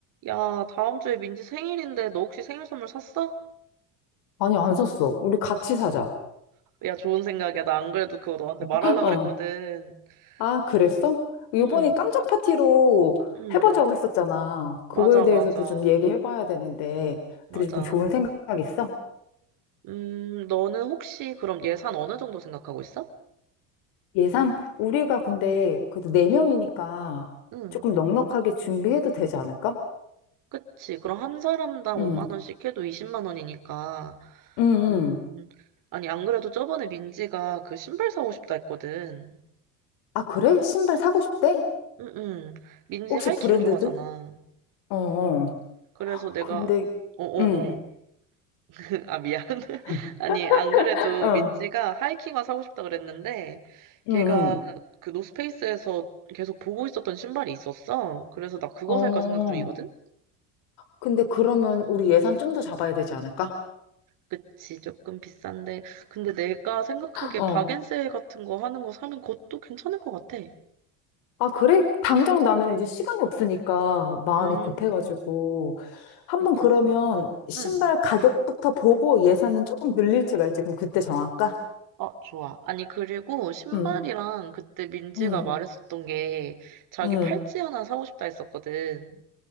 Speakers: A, on the right (about 55°); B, on the left (about 75°).
A: 야, 다음 주에 민지 생일인데 너 혹시 생일 선물 샀어?
B: 아니, 안 샀어. 우리 같이 사자.
A: 야, 좋은 생각이야. 나 안 그래도 그거 너한테 말하려고
B: 어.
A: 그랬거든.
B: 아, 그랬어?
A: 어,
B: 요번에
A: 응,
B: 깜짝 파티로
A: 응.
B: 해보자고 했었잖아. 그거에
A: 맞아,
B: 대해서도
A: 맞아.
B: 좀 얘기해봐야 되는데,
A: 맞아.
B: 되게 좀 좋은 생각 있어?
A: 음, 너는 혹시 그럼 예산 어느 정도 생각하고 있어?
B: 예산? 우리가 근데 그래도 네명이니까
A: 응.
B: 조금 넉넉하게 준비해도 되지 않을까?
A: 그치. 그럼 한 사람당
B: 응.
A: 5만 원씩 해도 20만 원이니까.
B: 응,
A: 음,
B: 응.
A: 아니, 안 그래도 저번에 민지가 그 신발 사고 싶다 했거든.
B: 아, 그래? 신발 사고 싶대?
A: 응, 응. 민지
B: 혹시
A: 하이킹
B: 브랜드도?
A: 좋아하잖아.
B: 어, 어.
A: 그래서 내가,
B: 근데,
A: 어어어.
B: 응,
A: <laughs> 아, 미안. <laughs>
B: <laughs>
A: 아니, 안 그래도
B: 어,
A: 민지가 하이킹화 사고 싶다 그랬는데, 걔가
B: 응, 응.
A: 그 노스페이스에서 계속 보고 있었던 신발이 있었어. 그래서 나 그거
B: 어.
A: 살까 생각 중이거든?
B: 근데 그러면 우리 예산 좀 더 잡아야 되지 않을까?
A: 그치, 조금 비싼데. 근데 내가 생각하기에
B: 어.
A: 박앤세 같은 거 하는 거 사면 그것도 괜찮을 것 같아.
B: 아, 그래? 당장 나는 이제 시간이 없으니까 마음이
A: 음,
B: 급해가지고. 한
A: 그렇구나.
B: 번 그러면 신발
A: 응.
B: 가격부터 보고 예산은 조금 늘릴지 말지 그럼 그때 정할까?
A: 어, 좋아. 아니, 그리고 신발이랑
B: 응,
A: 그때 민지가
B: 응,
A: 말했었던 게 자기
B: 응.
A: 팔찌 하나 사고 싶다 했었거든.